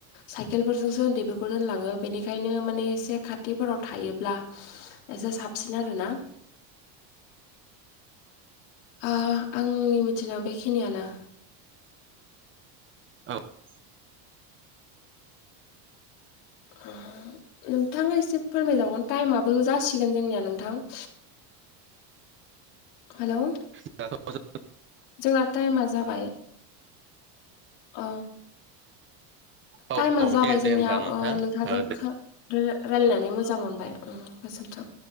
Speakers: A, on the left; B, on the right.
A: साइकेलफोरजोंसो बेफोर बेखौ दोनलाङो बेनिखायनो माने एसे खाथिफोराव थायोब्ला एसे साबसिन आरोना। आ आंनि मिथिनायाव बेखिनियानो।
B: औ
A: ओ नोंथांङा एसे फोरमायजावगोन टाइमाबो जासिगोन जोंनिया नोंथां। हेलोव
B: <unintelligible>
A: जोंना टाइमा जाबाय औ
B: औ
A: टाइमा
B: औ
A: जाबाय
B: दे
A: जोंनिया
B: दे होमबा नोंथां
A: अ नोंथांजों
B: ओ दे
A: <unintelligible> रायलायनानै मोजां मोनबाय ओम गोजोन्थों।